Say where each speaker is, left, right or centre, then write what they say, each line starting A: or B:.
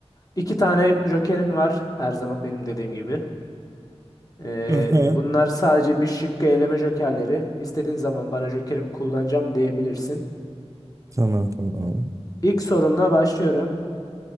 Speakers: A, on the left; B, on the right.
A: İki tane jokerin var her zaman benim dediğim gibi. Ee,
B: Aha.
A: bunlar sadece bir şıkkı eleme jokerleri. İstediğin zaman bana jokerim kullanacağım diyebilirsin.
B: Tamam tamam.
A: İlk sorumla başlıyorum.